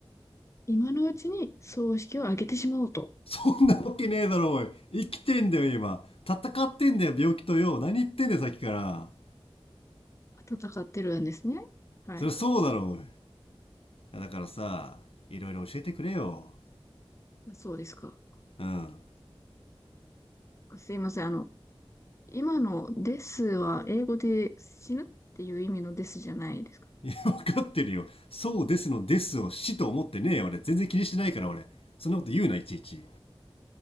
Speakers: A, on the left; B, on the left.
A: 今のうちに葬式を挙げてしまおうと
B: そんなわけねえだろ、おい。生きてんだよ、今。戦ってんだよ、病気とよ。何言ってんだよ、さっきから。
A: 戦ってるんですね。はい。
B: そりゃそうだろ、おい。だからさ、いろいろ教えてくれよ。
A: そうですか。
B: うん。
A: すいません。あの、今のですは英語で死ぬっていう意味のですじゃないですか。
B: <laughs> 分わかってるよ。そうですのですを死と思ってねえよ、俺。全然気にしてないから、俺。そんなこと言うな、いちいち。